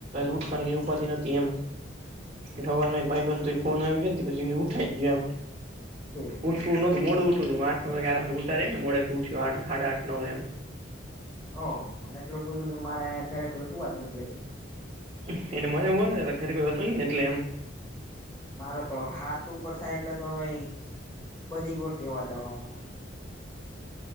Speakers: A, on the right (about 35°); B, on the left (about 20°).
A: ઉઠવાની એ ઉપાધ ન નથી એમ?
B: અચછા <inaudible>
A: સવારમા એક ભાઈ બંધ તો એ ફોન આવી ગયો ને પછી ઉઠાઈ ગયો એમ
B: હમ.
A: ઉઠવું નહતું મોડું ઉઠવું હતુ, આઠ નવ વાગ્યા આરેમ ઉતારે ને મોડેક થી ઊઠ્યું આઠ હાડા આઠ નવે એમ
B: ઓહ એટલું બધું મારે અયા ઘરે કોઈ સુુંવાત નથી દેતું.
A: એટલે મને હુંવા ન દૈતા ઘરે કોઈ હતું નહી એટલે એમ.
B: મારે તો સાતઉપર થાય એટલે તો ભાઈ બધી કોરથી અવાજ આવવા માંડે.